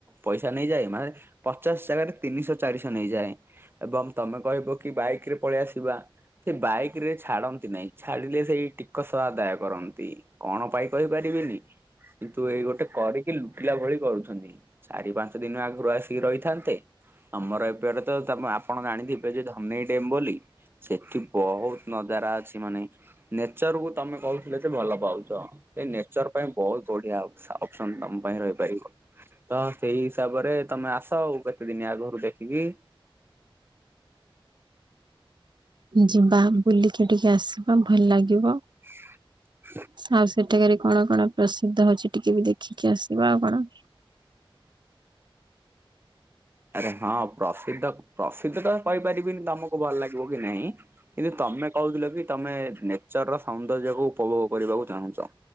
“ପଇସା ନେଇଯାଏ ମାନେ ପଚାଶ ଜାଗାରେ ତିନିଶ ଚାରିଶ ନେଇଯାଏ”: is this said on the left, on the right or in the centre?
Right